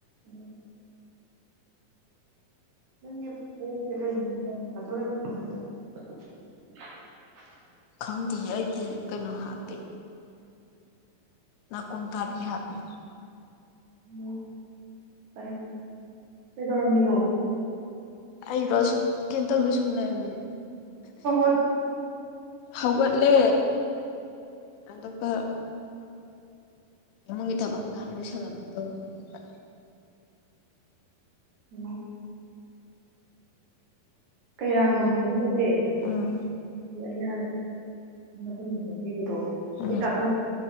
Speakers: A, on the right; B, on the left.
A: ꯎꯝ ꯪꯁ ꯀ
B: ꯈꯪꯗꯦ ꯑꯩꯗꯤ ꯀꯩꯅꯣ ꯍꯥꯞꯄꯦ ꯅ ꯀꯨꯝ ꯇꯥꯔꯒꯤ ꯍꯥꯄꯤ
A: ꯑꯣ ꯐꯔꯦ ꯐꯔꯦ ꯀꯩꯗꯧꯔꯝꯃꯤꯅꯣ
B: ꯑꯩꯔꯣꯁꯨ ꯀ ꯇꯧ ꯁꯨꯝꯅꯔꯃꯤꯅꯤ
A: ꯣꯠ
B: ꯍꯧꯒꯠꯂꯦ ꯑꯗꯨꯒ ꯏꯃꯨꯡꯒꯤ ꯊꯕꯛ ꯏꯟꯈꯥꯡ ꯂꯣꯏꯁꯜꯂꯝꯗꯤ ꯇꯧꯝꯕꯅꯦꯕ
A: ꯎꯝ ꯀꯩꯔꯥꯡꯒ ꯃꯨꯔꯝꯗꯒꯦ
B: ꯎꯝ
A: ꯑꯩꯅꯗ ꯆꯛꯄꯤꯕꯗꯣ
B: ꯎꯝ
A: ꯑꯩ ꯇꯥꯊꯣꯛ